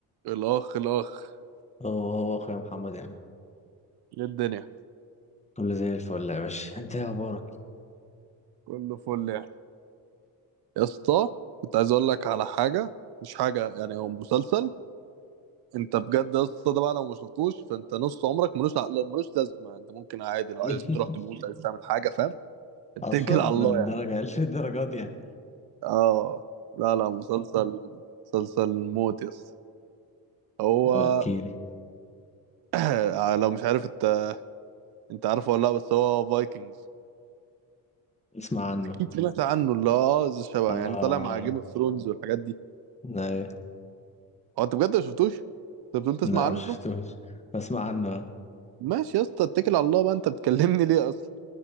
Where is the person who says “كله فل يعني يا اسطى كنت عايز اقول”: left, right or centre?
Right